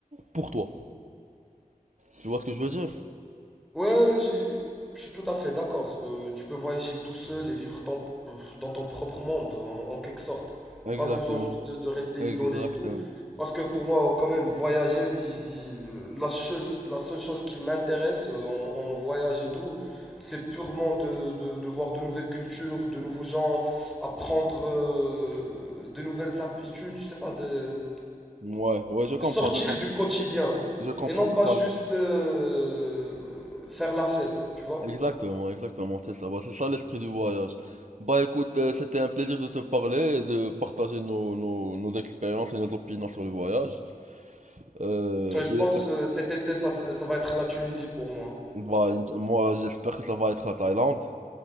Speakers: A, on the right; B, in the centre.
A: pour toi. Tu vois ce que je veux dire?
B: Ouais, j'ai- je suis tout à fait d'accord. Euh, tu peux voyager tout seul et vivre ton- dans ton propre monde, en, en quelque sorte.
A: Exactement.
B: Pas besoin juste de, de rester
A: Exactement.
B: isolé et tout. Parce que pour moi, quand même, voyager, si, si, euh, la chose, la seule chose qui m'intéresse euh, en, en voyage et tout, c'est purement de, de- de voir de nouvelles cultures, de nouveaux gens, apprendre euh, de nouvelles habitudes, je sais pas, de,
A: Ouais, ouais, je comprends,
B: sortir
A: je comprends.
B: du quotidien
A: Je comprends
B: et non pas
A: totalement.
B: juste euh, faire la fête, tu vois.
A: Exactement, exactement, c'est ça. Bah, c'est ça l'esprit du voyage. Bah écoute, euh, c'était un plaisir de te parler et de partager nos, nos, nos expériences et nos opinions sur le voyage. Euh,
B: Ouais, Je
A: il
B: pense
A: est temps.
B: euh, cet été, ça, ça va être la Tunisie pour moi.
A: Bah, j- moi, j'espère que ça va être à Thaïlande.